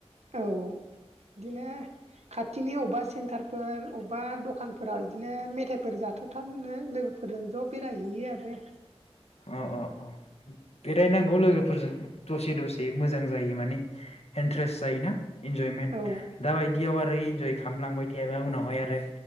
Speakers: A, on the right (about 85°); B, on the left (about 75°).
A: औ बिदिनो खाथिनि अबेबा सेन्टार फोर अबेबा दखानफोराव बिदिनो मे फोर जाथाव थाव मो लोगोफोरजों ज' बेरायहैयो आरो
B: अ अ अ बेरायनांगौ लोगोफोर दसे दसे मोजां जायो माने इन्ट्रेस्ट जायोना इन्जयमेन्ट
A: औ
B: दा बायदियाव आरो इन्जय खा खामलांबाय थायाबा उनावहाय आरो